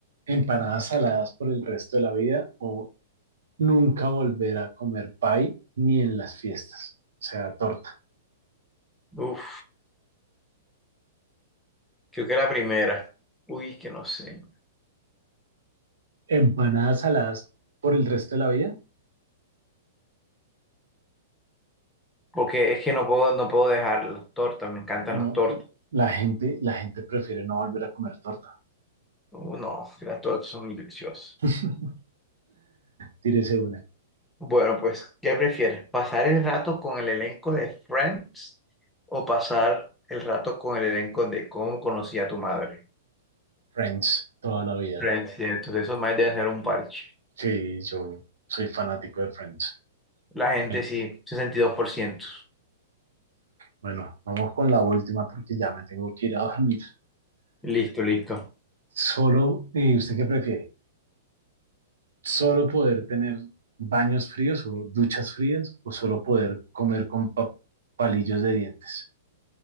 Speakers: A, on the right; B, in the centre.
A: empanadas saladas por el resto de la vida o nunca volver a comer pie ni en las fiestas, o sea, torta.
B: Uf, creo que la primera. Uy, que no sé.
A: Empanadas saladas por el resto de la vida,
B: Porque es que no puedo, no puedo dejar las tortas, me encantan
A: no,
B: las tortas.
A: la gente, la gente prefiere no volver a comer torta.
B: Uh, no, que las tortas son muy deliciosas.
A: <laughs> Tírese una.
B: Bueno, pues, ¿qué prefieres? ¿Pasar el rato con el elenco de Friends o pasar el rato con el elenco de Cómo conocí a tu madre?
A: Friends, toda la vida.
B: Friends, cierto, de eso más debe ser un parche.
A: Sí, yo soy fanático de Friends.
B: La gente
A: Bueno,
B: sí, 62%.
A: bueno, vamos con la última porque ya me tengo que ir a dormir.
B: Listo, listo.
A: Solo, eh, ¿usted qué prefiere? solo poder tener baños fríos o duchas frías o solo poder comer con pa- palillos de dientes.